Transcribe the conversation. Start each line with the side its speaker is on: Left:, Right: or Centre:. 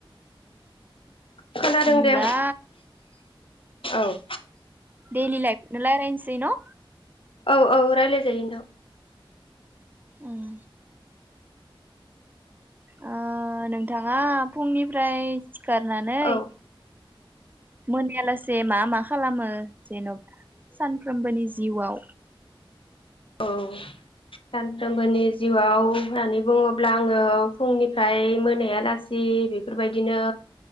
Left: खोनादों
Right: होमब्ला
Left: दे आंबो औ
Right: डेलि लाइफ नला खौनो राइलायनोसै न
Left: औ औ रायलाय जायो नोंथां
Right: उम ओ नोंथाङा फुंनिफ्राय सिखारनानै
Left: औ
Right: मोनायालासे मा मा खालामो जेन'बा सानफ्रोमबोनि जिउआव
Left: औ सानफ्रोमबोनि जिउआव होननानै बुङोब्ला आङो फुंनिफ्राय मोनायालासि बेफोरबायदिनो